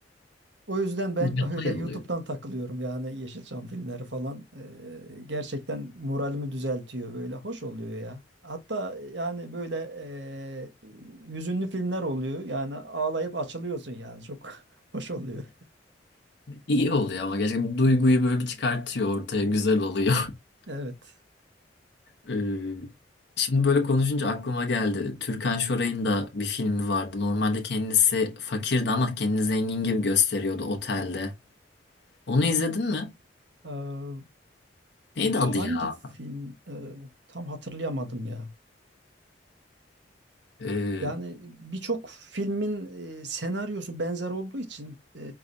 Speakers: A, on the right; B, on the left.
A: O yüzden ben
B: Yapay
A: <laughs> öyle YouTube'dan
B: oluyor.
A: takılıyorum yani Yeşilçam filmleri falan. Ee, gerçekten moralimi düzeltiyor böyle. Hoş oluyor ya. Hatta yani böyle e, hüzünlü filmler oluyor. Yani ağlayıp açılıyorsun yani. Çok <laughs> hoş oluyor.
B: İyi oluyor ama gerçekten duyguyu böyle bir çıkartıyor ortaya. Güzel oluyor. <laughs>
A: Evet.
B: E, şimdi böyle konuşunca aklıma geldi. Türkan Şoray'ın da bir filmi vardı. Normalde kendisi fakirdi ama kendini zengin gibi gösteriyordu otelde. Onu izledin mi?
A: Ee,
B: Neydi adı
A: hangi
B: ya?
A: film e, tam hatırlayamadım ya.
B: Ee,
A: Yani birçok filmin e, senaryosu benzer olduğu için e,